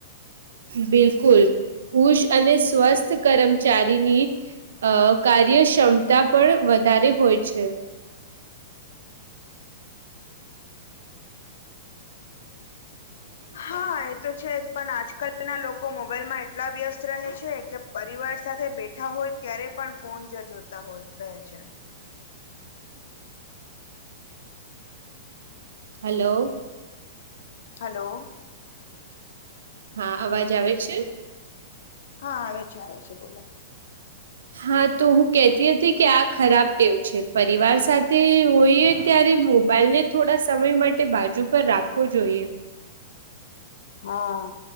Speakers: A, on the right (about 75°); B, on the left (about 70°).
A: બિલકુલ ખુશ અને સ્વસ્થ કર્મચારીની અ કાર્યક્ષમતા પણ વધારે હોય છે
B: હા એ તો છે જ પણ આજકાલના લોકો મોબાઈલમાં એટલા વ્યસ્ત રહે છે કે પરિવાર સાથે બેઠા હોય ત્યારે પણ ફોન જ જોતા હોય રહે છે
A: હલો
B: હલો
A: હા અવાજ આવે છે
B: હા આવે છે આવે છે બોલો
A: હા તો હું કેતી હતી કે આ ખરાબ ટેવ છે પરિવાર સાથે હોઈએ ત્યારે મોબાઈલ ને થોડા સમય માટે બાજુ પર રાખવો જોઈએ
B: હા